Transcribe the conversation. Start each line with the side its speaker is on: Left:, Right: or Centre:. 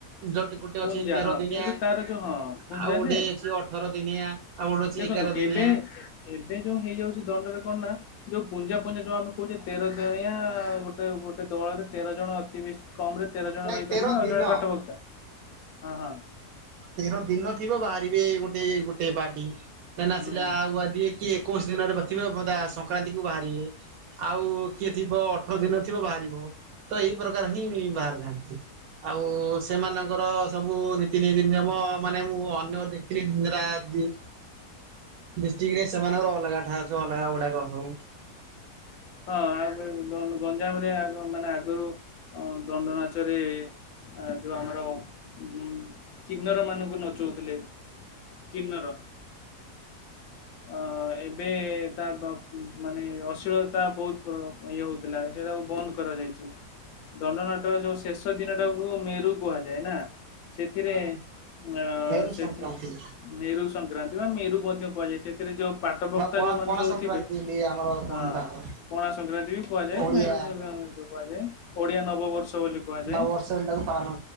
Right: ଯଠି ଗୋଟେ
Left: ପୁଞ୍ଜା
Right: ଅଛି ତେର
Left: ହଁ
Right: ଦିନିଆ
Left: କିନ୍ତୁ
Right: ଆଉ
Left: ତାର ଯୋଉ ହଁ ପୁଞ୍ଜା
Right: ଗୋଟେ
Left: ଯେ
Right: ଅଛି ଅ ଠର ଦିନିଆ ଆଉ ଗୁଟେଅଛି
Left: ଦେଖନ୍ତୁ
Right: ଏଗାର ଦିନିଆ
Left: ଏବେ ଏବେ ଯୋଉ ହେଇଯାଉଛି ଦଣ୍ଡରେ କଣ ନା ଯୋଉ ପୁଞ୍ଜା ପୁଞ୍ଜା ଯୋଉ ଆମେ କହୁଛେ ତେର ଜଣିଆ ଗୋଟେ ଗୋଟେ ଦଳରେ ତେର ଜଣ ଅତି କମ ରେ ତେର ଜଣ
Right: ନାଇଁ
Left: ରହିପାରିବେ
Right: ତେର
Left: ଆଉ
Right: ଦିନ।
Left: ଜଣେ ପାଠଭକ୍ତା ହଁ ହଁ
Right: ତେର ଦିନ ଥିବ ବାହାରିବେ ଗୋଟେ ଗୋଟେ ପାର୍ଟି ନ ଆସିଲା
Left: ହୁଁ ହୁଁ
Right: ଆଗୁଆ କି ଏକୋଇଶ ଦିନରେ ପ୍ରତିବଧା ସଂକ୍ରାନ୍ତି କୁ ବାହାରିଏ ଆଉ କିଏ ଥିବ ଅଠର ଦିନ ଥିବ ବାହାରିବ ତ ଏଇ ପ୍ରକାର ହିଁ ବାହାରି ଯାଆନ୍ତି ଆଉ ସେମାନଙ୍କର ସବୁ ନୀତିନୀଦିନ ମାନେ ମୁଁ ଅନ୍ୟ ଦେଖିଲି ଡିଷ୍ଟିକ ରେ ସେମାନଙ୍କର ଅଲଗା ଠା ଅ ଅଲଗା ଗୁଡାକ ସବୁ
Left: ହଁ ଆ ଗଞ୍ଜାମରେ ମାନେ ଆଗରୁ ଦଣ୍ଡ ନାଚରେ ଆ ଯୋଉ ଆମର ଉ କିନ୍ନର ମାନଙ୍କୁ ନଚଉଥିଲେ କିନ୍ନର ଅ ଏବେ ତା ମାନେ ଅସ୍ଲିମଳତା ବହୁତ ଇଏ ହଉଥିଲା ସେ ତାକୁ ବନ୍ଦ କରାଯାଇଛି। ଦଣ୍ଡନାଟର ଯୋଉ ଶେଷ ଦିନଟାକୁ ମେରୁ କୁହାଯାଏ ନା ସେଥିରେ
Right: ହଁ
Left: ଅ
Right: ମେରୁ
Left: ସେଠ
Right: ସଂକ୍ରାନ୍ତି।
Left: ମେରୁ ସଂକ୍ରାନ୍ତି ବା ମେରୁ ମଧ୍ୟ କୁହାଯାଏ। ସେଥିରେ ଯୋଉ ପାଠ ଭକ୍ତା
Right: ବା ପଣା
Left: ଯୋଉମାନୋନ
Right: ପଣା
Left: ସବୁଥିବେ
Right: ସଂକ୍ରାନ୍ତି ବୋଲି ଆମର କହନ୍ତି
Left: ହଁ
Right: ତାଙ୍କୁ
Left: କଣା ସଂକ୍ରାନ୍ତି ବି କୁହାଯାଏ
Right: ଓଡିଆ
Left: ମେରୁ କୁହାଯାଏ ଓଡିଆ ନବବର୍ଷ ବୋଲି କୁହାଯାଏ
Right: ନବବର୍ଷ ବୋଲି ତାକୁ ପାଳନ